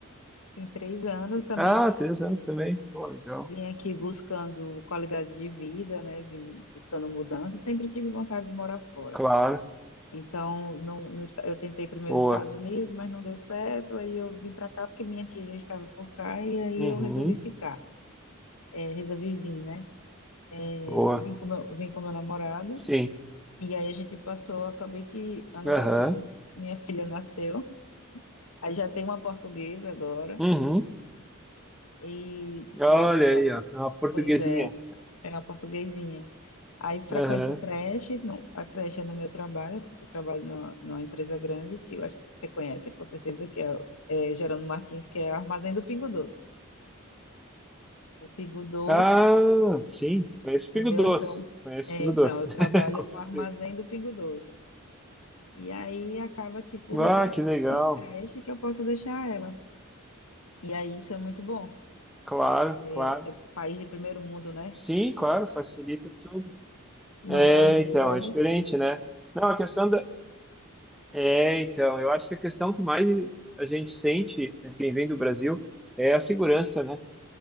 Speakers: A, on the left; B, in the centre.
A: Tem três anos também
B: Ah,
A: vim
B: três
A: aqui,
B: anos também. Pô, legal.
A: vim aqui buscando qualidade de vida, né? Vim buscando mudança. Sempre tive vontade de morar fora.
B: Claro.
A: Então, não, no esta- eu tentei primeiro
B: Boa.
A: nos Estados Unidos, mas não deu certo. Aí eu vim para cá porque minha tia já estava por cá e aí
B: Uhum.
A: eu resolvi ficar. É, resolvi vir, né? É,
B: Boa.
A: vim com meu, vim com meu namorado.
B: Sim.
A: E aí a gente passou, acabei que ano
B: Aham.
A: passado minha filha nasceu. Aí já tem uma portuguesa agora.
B: Uhum.
A: E
B: Olha
A: ela, ela,
B: aí, ó. É Uma portuguesinha.
A: pois é, é uma portuguesinha. Aí frequenta
B: Aham.
A: a creche, não, a creche é no meu trabalho, eu trabalho na, numa empresa grande, que eu acho que você conhece, com certeza, que é, é Gerando Martins, que é Armazém do Pingo Doce. O Pingo Doce,
B: Ah, sim. Conheço
A: entendeu?
B: Pingo Doce.
A: Então,
B: Conheço
A: é,
B: Pingo
A: então
B: Doce.
A: eu
B: <laughs>
A: trabalho
B: Com
A: no
B: certeza.
A: Armazém do Pingo Doce. E aí acaba que por
B: Ah,
A: lá
B: que legal.
A: tem uma creche que eu posso deixar ela. E aí isso é muito bom,
B: Claro,
A: porque
B: claro.
A: é país de primeiro mundo, né?
B: Sim, claro, facilita tudo.
A: No
B: É,
A: Brasil
B: então,
A: é
B: é
A: difícil,
B: diferente, né? Não, a questão da. É, então, eu acho que a questão que mais a gente sente, né, quem vem do Brasil, é a segurança, né?